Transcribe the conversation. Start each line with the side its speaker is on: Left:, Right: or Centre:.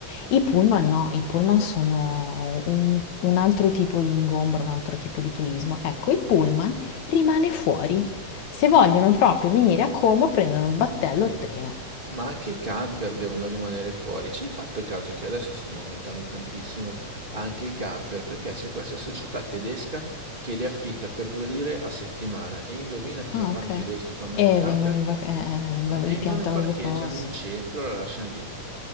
Left: I pullman no, i pullman sono un, un altro tipo di ingombro, un altro tipo di turismo. Ecco, il pullman rimane fuori. Se vogliono proprio venire a Como, prendono il battello o il treno.
Right: Ma anche i camper devono rimanere fuori. Ci hai fatto caso che adesso stanno aumentando tantissimo anche i camper? Perché c'è questa società tedesca che li affitta per due lire a settimana. E indovina cosa
Left: Ah,
Right: fanno
Left: ok.
Right: i tedeschi quando
Left: E
Right: hanno un camper?
Left: vengono in vacanza,
Right: Vengono
Left: eh, li piantano
Right: e parcheggiano
Left: dove posso.
Right: in centro e la lasciano lì.